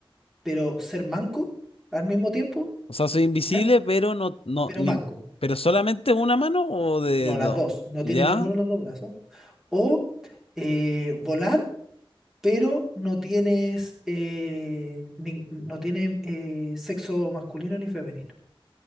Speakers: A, in the centre; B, on the left (about 85°).
A: pero ser manco al mismo tiempo,
B: O sea, soy invisible,
A: ¿ya?
B: pero no, no,
A: pero
B: ni,
A: manco.
B: pero solamente una mano o de
A: No,
B: dos.
A: las dos. No
B: ¿Ya?
A: tiene ninguno de los dos brazos. O eh, volar, pero no tienes, eh, nin- no tiene eh, sexo masculino ni femenino.